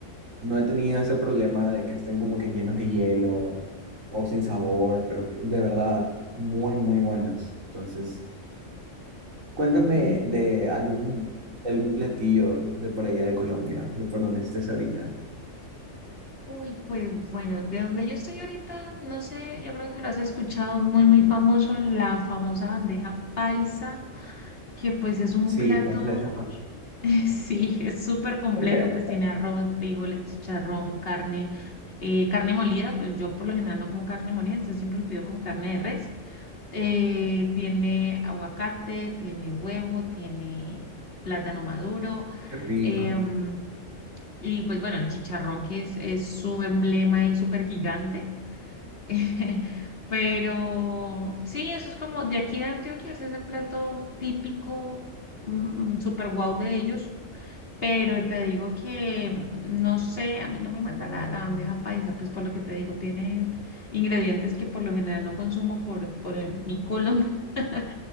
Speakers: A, on the right (about 85°); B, on the left (about 50°).
A: no he tenido ese problema de que estén como que llenos de hielo o sin sabor, pero que de verdad, muy, muy buenas. Entonces, cuéntame
B: Ay, qué delicia.
A: de algún, algún platillo de por allá de Colombia, de por donde estés ahorita.
B: Uy, pues bueno, de donde yo estoy ahorita, no sé, yo creo que lo has escuchado muy, muy famoso, la famosa bandeja paisa. que pues es un
A: Sí,
B: plato,
A: completamente.
B: <laughs> sí, es súper completo,
A: <laughs>
B: pues tiene arroz, frijoles, chicharrón, carne, eh, carne molida, pues yo por lo general no como carne molida, entonces siempre lo pido con carne de res. Eh, tiene aguacate, tiene huevo, tiene plátano maduro,
A: Qué rico,
B: em, y pues bueno, el chicharrón que es, es su emblema y súper gigante. <laughs> Pero sí, eso es como de aquí de Antioquia, es ese plato típico, mm, mm, super guau de ellos. Pero te digo que, mm, no sé, a mí no me mata la, la bandeja paisa, pues por lo que te digo, tiene ingredientes que por lo general no consumo por, por el- mi colon. <laughs>